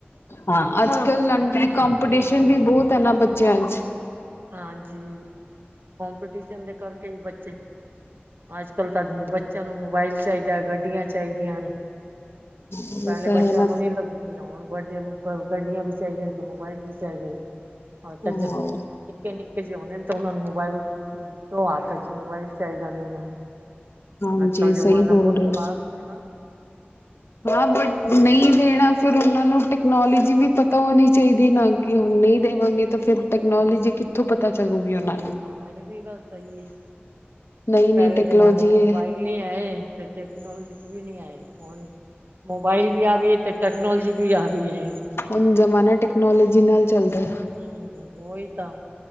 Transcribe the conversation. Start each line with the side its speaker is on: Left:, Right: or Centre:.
Left: ਹਾਂ ਅਜ ਕਲ ਆਂਟੀ ਕਪੀਟੀਸ਼ਨ ਵੀ ਬਹੁਤ ਹੈ ਨਾ ਬੱਚਿਆਂ 'ਚ
Right: ਹਾਂਜੀ ਕਪੀਟੀਸ਼ਨ ਦੇ ਕਰਕੇ ਹੀ ਬੱਚੇ ਅਜ ਕਲ ਤਾਂ ਬੱਚਿਆਂ ਨੂੰ ਮੋਬਾਈਲ ਚਾਹੀਦਾ ਗਡੀਆ ਚਾਹੀਦੀਆਂ ਨੇ
Left: ਉਹ
Right: ਪਹਿਲੇ
Left: ਤਾਂ
Right: ਬੱਚਿਆਂ
Left: ਹੈ ਨਾ
Right: ਨੂੰ
Left: ਫਿਰ
Right: ਨਹੀ ਲਗਦੇ। ਹੁਣ ਬਰਡੇ ਨੂੰ ਗਡੀਆਂ ਵੀ ਚਾਹੀਦੀਆਂ ਨੇ ਤੇ ਮੋਬਾਇਲ ਵੀ ਚਾਹੀਦੇ ਨੇ ਹ ਤਜ
Left: ਹਾਂ
Right: ਨਿਕੇ-ਨਿਕੇ ਜੇ ਹੁੰਦੇ ਨੇ ਤਾਂ ਉਹਨਾਂ ਨੂੰ ਮੋਬਾਈਲ ਦੋ ਹੱਥ ਚ ਮੋਬਾਈਲ ਚਾਹੀਦਾ ਨਹੀ ਉਹ ਨੂੰ
Left: ਹਾਂਜੀ
Right: ਅੱਜ ਕੱਲ੍ਹ ਜ਼ਮਾਨਾ
Left: ਸਹੀ ਬੋਲ
Right: ਬਹੁਤ
Left: ਰਹੇ ਹੋ
Right: ਫਾਸਟ ਹੈੋ।
Left: ਹਾਂ ਬਟ ਨਹੀਂ ਦੇਣਾ ਫਿਰ ਉਹਨਾਂ ਨੂੰ ਟੈਕਨੋਲੋਜੀ ਵੀ ਪਤਾ ਹੋਣੀ ਚਾਹੀਦੀ ਨਾ ਕਿ ਹੁਣ ਨਹੀਂ ਦੇਵਾਂਗੇ ਤਾਂ ਫਿਰ ਟੈਕਨੋਲੋਜੀ ਕਿੱਥੋਂ ਪਤਾ ਚੱਲੂਗੀ ਉਹਨਾਂ ਨੂੰ
Right: ਹਾਂ, ਇਹ ਵੀ ਗੱਲ ਸਹੀ ਹੈ।
Left: ਨਈ
Right: ਪਹਿਲੇ
Left: ਨਈ ਟੈਕਨੋਲੋਜੀ
Right: ਜ਼ਮਾਨੇ ਚ ਮੋਬਾਈਲ
Left: ਹੈ
Right: ਨਹੀਂ ਆਏ ਅਤੇ ਟੈਕਨੋਲਜੀ ਕੁਝ ਵੀ ਨਹੀਂ ਆਏ ਫੋਨ ਮੋਬਾਈਲ ਵੀ ਆ ਤੇ ਟੈਕਨੋਲੋਜੀ ਵੀ ਆ ਗਈ ਏ
Left: ਹੁਣ ਜ਼ਮਾਨਾ ਟੈਕਨੋਲੋਜੀ ਨਾਲ ਚੱਲਦਾ।
Right: ਹਮ ਉਹੀ ਤਾਂ,